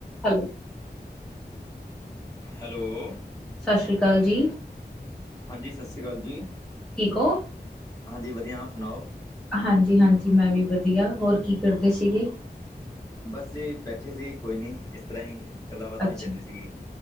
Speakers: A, in the centre; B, on the left.
A: Hello,
B: hello,
A: ਸਤਿ ਸ਼੍ਰੀ ਅਕਾਲ ਜੀ,
B: ਹਾਂਜੀ ਸਾਸਰੀ ਕਾਲ ਜੀ।
A: ਠੀਕ ਹੋ?
B: ਹਾਂਜੀ ਵਧੀਆ, ਆਪ ਸੁਣਾਓ?
A: ਹਾਂਜੀ-ਹਾਂਜੀ ਮੈਂ ਵੀ ਵਧੀਆ, ਹੋਰ ਕੀ ਕਰਦੇ ਸੀਗੇ?
B: ਬਸ ਜੀ ਬੈਠੇ ਸੀ, ਕੋਈ ਨਹੀਂ ਇਸ ਤਰ੍ਹਾਂ ਹੀ ਗੱਲਾਂ-ਬਾਤਾਂ
A: ਅੱਛਾ।
B: ਚੱਲ ਰੀ ਸੀਗੀ।